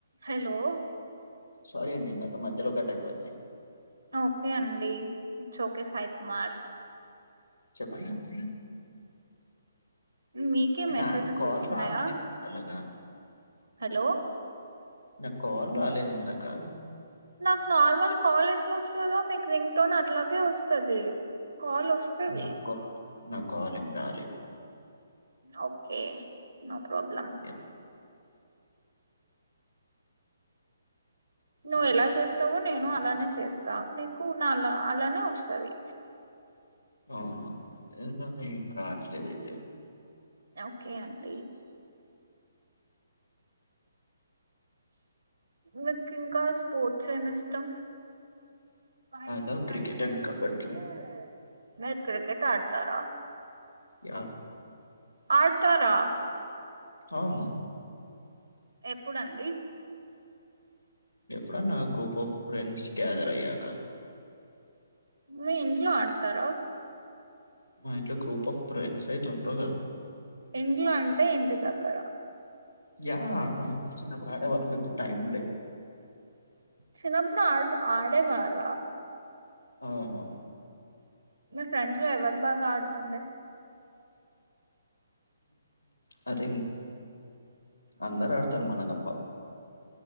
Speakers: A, on the right; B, on the left.
A: Hello
B: sorry అండి ఇందాక మధ్యలో కట్ అయిపోయింది
A: ఆ ఓకే అండి ఇట్స్ ఓకే సాయి కుమార్
B: చెప్పండి
A: మీకే
B: నాకా
A: మెసేజెస్
B: కాల్
A: వస్తున్నాయా
B: రావట్లేదు అలాగా
A: హలో
B: నా కాల్ రాల్ లేదు ఇందాకా
A: నాకు నార్మల్ కాల్ ఎట్లా వస్తదో మీకు రింగ్ టోన్ అట్లాగే వస్తది కాల్ వస్తది
B: నా కాల్ నా కాల్ ఏం రాలేదు
A: ఓకేే నో ప్రాబ్లమ్
B: యా,
A: నువ్వు ఎలా చేస్తావో నేను అలానే చేస్ త నీకు నాల అలానే వస్తది
B: అవును ఏం <unintelligible> రావట్లేదు అయితే
A: ఒకే అండి మీక్ ఇంకా స్పోర్ట్స్ ఎం ఇష్టం ప
B: ఐ లవ్
A: పైసర్
B: క్రికెట్ అండ్
A: వసుంగ
B: కబడ్డీ
A: మీర్ క్రికెట్ ఆడతారా
B: య
A: ఆడతారా
B: అవును
A: ఎప్పుడండి
B: ఎప్పుడన్నా గ్రూప్ ఆఫ్ ఫ్రెండ్స్ గ్యాదర్ అయ్యాక
A: మీ ఇంట్లో ఆడతారా
B: ఇ గ్రూప్ ఫ ఫ్రెండ్స్ తంట కదా
A: ఇంట్లో అంటే ఇంటి దగ్గర
B: యా అర్తం చిన్న ప్రాడ వర్ మీ ఇప్పుడు టైము లేదు
A: చిన్నప్పున ఆడ ఆడేవార
B: అనును
A: మ సెంట్రో అవ బాగా ఆడుతుండే
B: అథ అందరూ ఆడతారు మన తప్ప